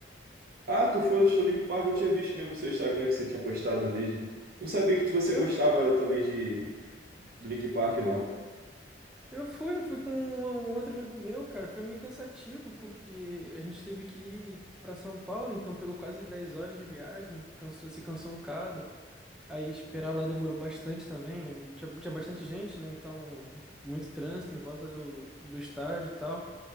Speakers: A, on the right (about 55°); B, in the centre.
A: Ah, tu foi no show Link Park, eu tinha visto mesmo no seu Instagram que você tinha postado um vídeo. Não sabia que tu- você
B: Eu,
A: gostava também de do Link Park, não.
B: eu fui, eu fui com um outro amigo meu, cara. Foi meio cansativo, porque a gente teve que ir pra São Paulo, então pegou quase 10 horas de viagem, cansou, se cansou um bocado. Aí esperar lá demorou bastante também. Tinha, tinha bastante gente, né? Então, muito trânsito em volta do, do estádio e tal.